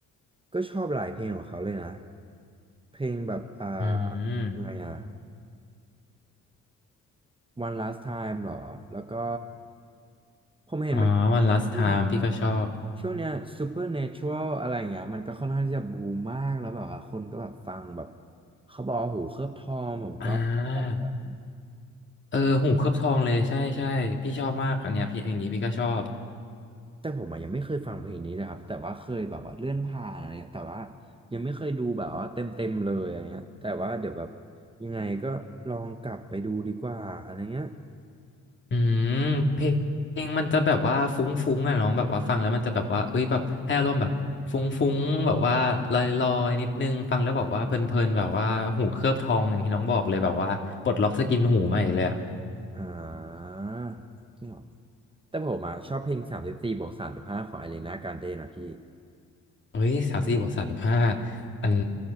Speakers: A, on the right; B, on the left.
A: ก็ชอบหลายเพลงของเขาเลยนะเพลงแบบอ่า
B: อืม
A: ยังไงอ่ะ One Last Time หรอแล้วก็ผมเห็นมันว่าช่วงนี้
B: อ๋อวัน last time พี่ก็ชอบ
A: ช่วงเนี้ย Supernatural อะไรเงี้ยมันก็ค่อนข้างที่จะบูมมากแล้วแบบว่าคนก็แบบฟังแบบเขาบอกว่าหูเคลือบทองผมก็แบบ
B: อ่าเออหูเคลือบทองเลยใช่ใช่พี่ชอบมากอันเนี้ยพี่เองนี้พี่ก็ชอบ
A: แต่ผมอะยังไม่เคยฟังเพลงนี้นะครับแต่ว่าเคยแบบว่าเลื่อนผ่านอะไรเงี้ยแต่ว่ายังไม่เคยดูแบบว่าเต็มเต็มเลยอะไรเงี้ยแต่ว่าเดี๋ยวแบบยังไงก็ลองกลับไปดูดีกว่าอะไรเงี้ย
B: อืมเพลงเพลงมันจะแบบว่าฟุ้งๆอ่ะน้องแบบว่าฟังแล้วมันจะแบบว่าเอ้ยแบบให้อารมณ์แบบฟุ้งๆแบบว่าลอยๆนิดนึงฟังแล้วแบบว่าเพลินๆแบบว่าหูเคลือบทองอย่างที่น้องบอกเลยแบบว่าปลดล็อกสกินหูใหม่เลยอ่ะ
A: อ่าจริงเหรอแต่ผมอะชอบเพลงสามสิบสี่บวกสามสิบห้าของอารีนาการ์เดนะพี่
B: เฮ้ยสามสี่บวกสามสิบห้ามัน